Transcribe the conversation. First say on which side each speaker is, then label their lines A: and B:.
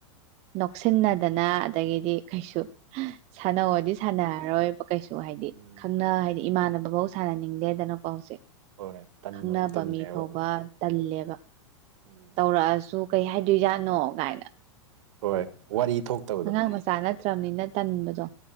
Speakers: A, on the right (about 40°); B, on the right (about 65°).
A: ꯅꯣꯛꯁꯤꯟꯅꯗꯅ ꯑꯗꯒꯤꯗꯤ ꯀꯩꯁꯨ ꯁꯥꯟꯅꯧꯑꯣꯗꯤ ꯁꯥꯟꯅꯔꯔꯣꯏꯕ ꯀꯩꯁꯨ ꯍꯥꯏꯗꯤ
B: ꯎꯝ
A: ꯈꯪꯅ ꯍꯥꯏꯗꯤ ꯏꯃꯥꯟꯅꯕ ꯐꯧ ꯁꯥꯟꯅꯅꯤꯡꯗꯦꯗꯅꯀꯣ ꯍꯧꯖꯤꯛ
B: ꯍꯣꯏ ꯇꯟꯕ
A: ꯈꯪꯅꯕ
B: ꯃꯇꯝꯅꯦꯕ
A: ꯃꯤ ꯐꯥꯎꯕ ꯇꯜꯂꯦꯕ
B: ꯎꯝ
A: ꯇꯧꯔꯛꯑꯁꯨ ꯀꯩ ꯍꯥꯏꯗꯣꯏꯖꯥꯠꯅꯣ ꯀꯥꯏꯅ
B: ꯍꯣꯏ ꯋꯥꯔꯤ ꯊꯣꯛꯇꯕꯗꯣ
A: ꯑꯉꯥꯡ ꯃꯆꯥ ꯅꯠꯇ꯭ꯔꯕꯅꯤꯅ ꯇꯟꯕꯗꯣ